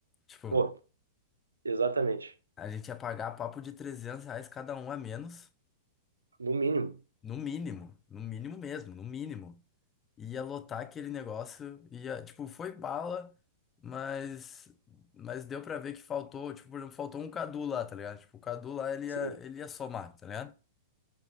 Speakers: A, on the left; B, on the right.
A: Tipo,
B: Pô, exatamente.
A: a gente ia pagar papo de 300 reais cada um a menos,
B: No mínimo.
A: no mínimo, no mínimo mesmo, no mínimo. ia lotar aquele negócio, ia, tipo, foi bala, mas mas deu pra ver que faltou, tipo, por exemplo, faltou um Cadu lá, tá ligado? Tipo, o Cadu lá ele ia,
B: Sim.
A: ele ia somar, tá ligado?